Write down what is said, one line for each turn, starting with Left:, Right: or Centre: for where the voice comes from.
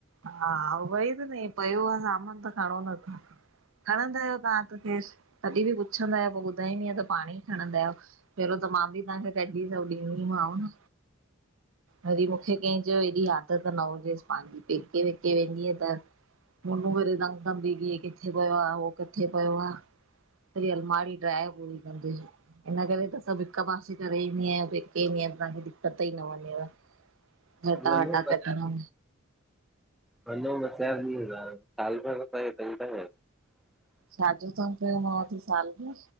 Right: हा, उअ ई त न पयो आ त सामान खणो नथा। खणंदा आहियो तव्हां त खेर, तॾहिं बि पुछंदा आहियो पो ॿुधाईंदीअ त पाणे ई खणंदा आहियो। पहिरियों त मां बि तव्हांखे कॾीं सब ॾिदीमांव न वरी मुखे कें चयो एॾी आदत न हुजेसि पांजी। पेके वेके वेंदी आ त फोनु करदाऊं। सब घीअ किथे पयो आ उहो किथे पयो आ? सॾी अलमारी ड्राइ हुई हिन करे त सभु हिकु पासे करे ईंदी आहियां। पेके वेंदी आयां त तव्हां खे दिक़्क़त त ई न वञेव। अट्टा
Centre: वञो
Right: वट्टा कढणा।
Centre: वनो ॿ चार ॾिअ ता, साल भर त असाखें तंग ता कयो।
Right: छाजो तगं कयो माओ अची साल में?